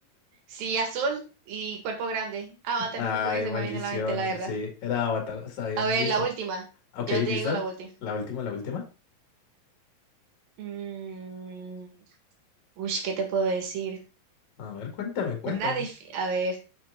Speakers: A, on the right; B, on the left.
A: Sí, azul y cuerpo grande.
B: <laughs>
A: Avatar,
B: Ay,
A: lo único que se
B: maldición.
A: me viene a la mente, la verdad.
B: Sí, era Avatar. Está bien,
A: A ver,
B: listo.
A: la última.
B: Ok,
A: Yo te
B: listo.
A: digo la última.
B: La última, la última.
A: Mm, uy, ¿qué te puedo decir?
B: A ver, cuéntame, cuéntame.
A: Una difícil. A ver,